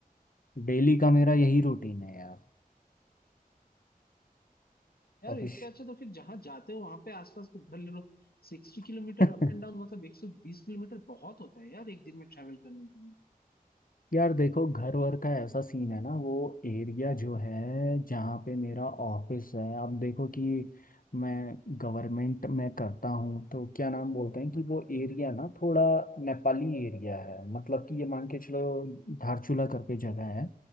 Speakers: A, on the left; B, on the left.
A: डेली का मेरा यही रूटीन है यार
B: यार
A: ऑफिस
B: इससे अच्छा तो फिर जहां जाते हो वहां पे आसपास को घर ले लो सिक्सटी किलोमीटर
A: <laughs>
B: अप एंड डाउन मतलब एक सौ बीस किलोमीटर बहुत होता है यार एक दिन में ट्रैवल करने के लिए
A: यार देखो घर वर का ऐसा सीन है ना वो एरिया जो है जहाँ पे मेरा ऑफिस है अब देखो कि मैं गवर्नमेंट में करता हूँ तो क्या नाम बोलते हैं कि वो एरिया ना थोड़ा नेपाली एरिया है मतलब कि ये मान के चलो धारचूला करके जगह है